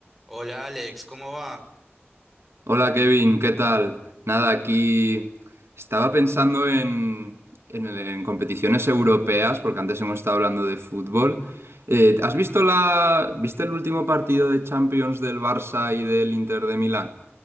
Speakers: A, in the centre; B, on the right (about 75°).
A: Hola Alex, ¿cómo va?
B: Hola Kevin, ¿qué tal? Nada, aquí estaba pensando en, en, el- en competiciones europeas, porque antes hemos estado hablando de fútbol. Eh, ¿has visto la, viste el último partido de Champions del Barça y del Inter de Milán?